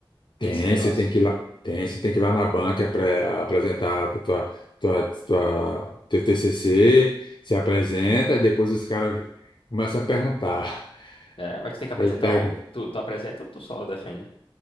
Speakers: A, on the left; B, on the left.
A: tem,
B: tem esse negócio?
A: você tem que ir lá, tem, você tem que ir lá na banca para apresentar a tua, tua, tua, teu TCC, se apresenta, depois os caras começam a perguntar.
B: É, mas tu tem que apresentar
A: Aí pega,
B: ou tu, tu apresenta ou tu só defende?